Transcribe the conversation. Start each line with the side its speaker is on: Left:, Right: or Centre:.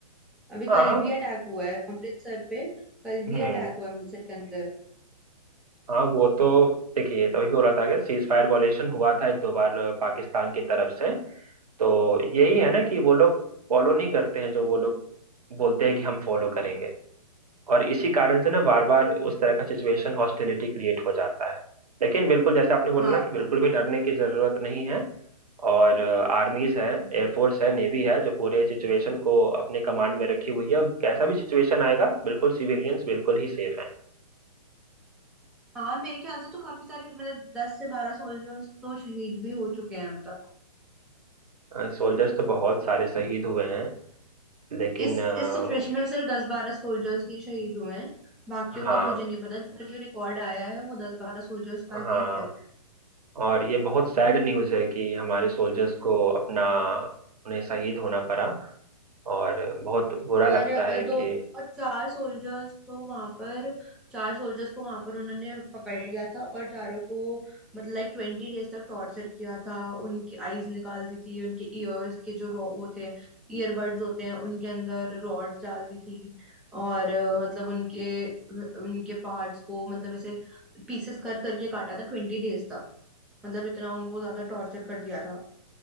Centre: अभी
Right: हाँ
Centre: कल भी अटैक हुआ है अमृतसर पे कल भी
Right: हम्म
Centre: अटैक हुआ है अमृतसर के अंदर
Right: हाँ वो तो देखिए तभी बोला था कि सीज फायर वॉलेशन हुआ था एक दो बार अ, पाकिस्तान की तरफ से तो यही है ना कि वो लोग फॉलो नहीं करते हैं जो वो लोग बोलते हैं कि हम फॉलो करेंगे और इसी कारण से ना बार बार उस तरह का सिचुएशन हॉस्टिलिटी क्रिएट हो जाता है लेकिन बिल्कुल जैसे आपने बोला
Centre: हाँ
Right: ना कि बिल्कुल
Centre: हाँ
Right: भी डरने की जरूरत नहीं है और आर्मीज है एयरफोर्स है नेवी है जो पूरे सिचुएशन को अपने कमांड में रखी हुई है अब कैसा भी सिचुएशन आएगा बिल्कुल सिविलियंस बिल्कुल ही सेफ
Centre: हाँ और मेरे ख्याल से तो काफी सारे मतलब दस से बारह सोल्जर्स तो शहीद भी हो चुके हैं अब तक
Right: हैं सोल्जर्स तो बहुत सारे शहीद हुए हैं लेकिन
Centre: इस
Right: अ,
Centre: इस सिचुएशन में सिर्फ दस बारह सोल्जर्स ही शहीद हुए हैं बाकियों
Right: हाँ
Centre: का मुझे नहीं पता पर जो रिकॉर्ड आया है वो दस बारह सोल्जर्स का
Right: हाँ
Centre: ही है
Right: और ये बहुत सैड न्यूज़ है कि हमारे सोल्जर्स को अपना उन्हें शहीद होना पड़ा और बहुत बुरा
Centre: और
Right: लगता
Centre: अ,
Right: है
Centre: दो
Right: कि
Centre: और चार सोल्जर्स को वहां पर चार सोल्जर्स को वहां पर उन्होंने पकड़ लिया था और चारों को मतलब लाइक ट्वेंटी डेज तक टॉर्चर किया था उनकी आईज निकाल दी थी उनके ईयर्स के जो रो- वो थे ईयरबड्स होते हैं उनके अंदर रॉड्स डाल दी थी और अ, मतलब उनके उनके पार्ट्स को मतलब ऐसे पीसेस कर करके काटा था ट्वेंटी डेज तक मतलब इतना उनको ज्यादा टॉर्चर कर दिया था